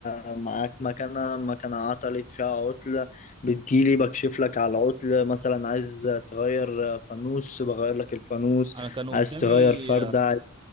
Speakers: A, on the left; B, on the right.
A: معاك مكنة مكنة عطلت فيها عطل بتجيلي بكشف لك على العطل مثلا عايز تغير فانوس بغير لك الفانوس
B: انا كان قدامي
A: عايز تغير فردة عايز-